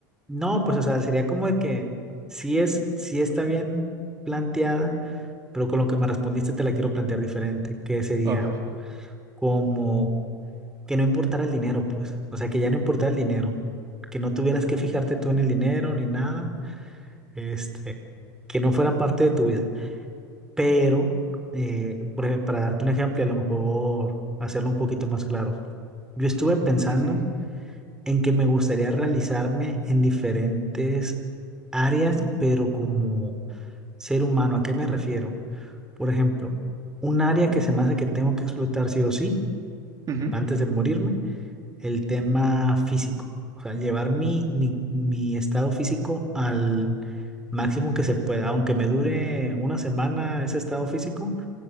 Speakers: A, in the centre; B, on the right.
A: no, pues o sea, sería como de que sí es, sí está bien planteada, pero con lo que me respondiste te la quiero plantear diferente, que sería
B: A ver.
A: como que no importara el dinero, pues. O sea, que ya no importara el dinero, que no tuvieras que fijarte tú en el dinero ni nada, este, que no fuera parte de tu vida Pero, eh, por ej- para darte un ejemplo, y a lo mejor hacerlo un poquito más claro, yo estuve pensando
B: ujú,
A: en que me gustaría realizarme en diferentes áreas, pero como ser humano, ¿a qué me refiero? Por ejemplo, un área que se me hace que tengo que explotar sí o sí,
B: ujú.
A: antes de morirme, el tema físico. O sea, llevar mi, mi, mi estado físico al máximo que se pueda, aunque me dure una semana ese estado físico